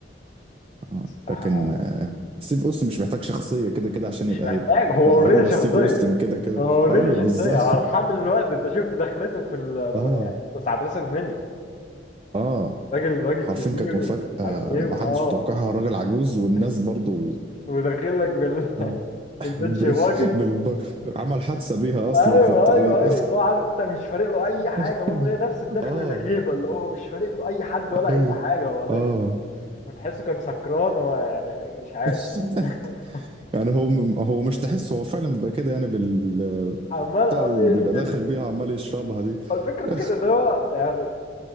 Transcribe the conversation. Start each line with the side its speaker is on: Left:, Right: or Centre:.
Right: آه.
Left: صح
Right: لكن ستيف اوستن مش محتاج شخصية كده كده عشان
Left: مش
Right: يبقى
Left: محتاج
Right: هيبة
Left: هو
Right: لا
Left: اوريدي
Right: هو
Left: شخصية
Right: ستيف اوستن كده كده
Left: هو اوريدي
Right: ايوه
Left: شخصية
Right: بالظبط
Left: هو لحد دلوقتي انت شفت دخلته في ال
Right: <laughs> اه
Left: في يعني ساعة راس المنيا
Right: اه
Left: راجل راجل
Right: حرفيا
Left: كبير
Right: كانت مفاجأة
Left: ومش عارف ايه واه
Right: محدش متوقعها الراجل عجوز والناس
Left: <laughs>
Right: برضو
Left: وداخل لك بال
Right: اه
Left: <laughs> بالبنش
Right: ب...
Left: باجي
Right: <laughs> بالب... عمل حادثة بيها اصلا
Left: ايوه
Right: في الطريق
Left: ايوه ايوه اللي هو عارف انت مش فارق له اي حاجة
Right: <laughs>
Left: برضه هي نفس الدخلة
Right: اه
Left: الهيبة اللي هو مش فارق له اي حد ولا
Right: ايوه
Left: اي حاجة هو داخل
Right: اه
Left: وتحسه كان سكران هو يعني مش عارف
Right: <laughs>
Left: <laughs>
Right: يعني هو هو مش تحس هو فعلا بيبقى كده يعني بال
Left: عمال
Right: بتاع
Left: اه
Right: اللي
Left: ي-
Right: بيبقى داخل
Left: ي-
Right: بيها عمال يشربها دي
Left: الفكرة
Right: <laughs>
Left: فكرة ان هو يعني